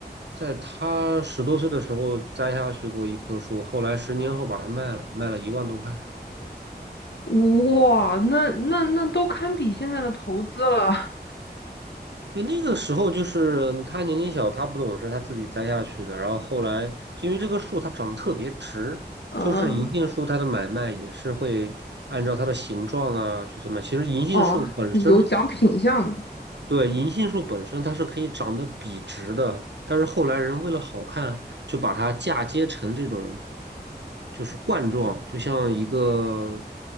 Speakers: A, on the right; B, on the left.
A: 在他十多岁的时候栽下去过一棵树，后来十年后把它卖了，卖了一万多块。
B: 哇，那那那都堪比现在的投资了。
A: 就那个时候，就是他年龄小，他不懂事，他自己栽下去的。然后后来，就因为这个树它长得特别直，
B: 嗯，
A: 就是银杏树它的买卖也是会按照它的形状啊去怎么样其实银杏树本身
B: 哦，有讲品相的。
A: 对，银杏树本身它是可以长得笔直的，但是后来人为了好看，就把它嫁接成这种，就是冠状，就像一个，